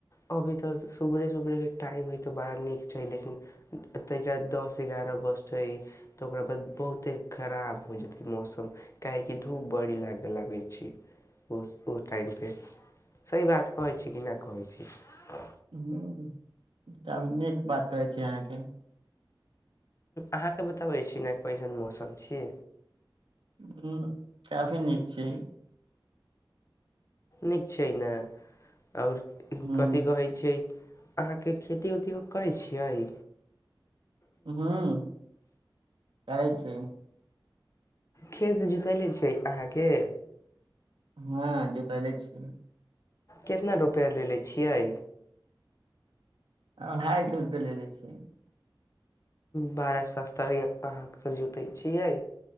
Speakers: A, on the left; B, on the right.
A: अभी तऽ सुबरे सुबरे के टाइम हइ तऽ बड़ा नीक छै लेकिन तऽ के दस एगारह बजत ह तऽ ओकरा बाद बहुते खराब हो जेतै मौसम काहेकि धूप बड़ी लाग लगै छै ओस टाइम पे सही बात कहै छी कि नहि कहै छी
B: ह तब नीक बात कहै छी अहाँके
A: अहाँके बताबै छी न कइसन मौसम छी
B: ह काफी नीक छै
A: नीक छै ने आओर
B: हूँ
A: कथी कहै छिय अहाँके खेती ओती करै छियै
B: हूँ करै छी
A: खेत जोतैले छै अहाँके
B: हँ जोतैले छी
A: कितना रुपैआ लेलेे छियै
B: अढ़ाई सए रुपे लेले छियै
A: बारह सस्ता अहाँके जोतैत छियै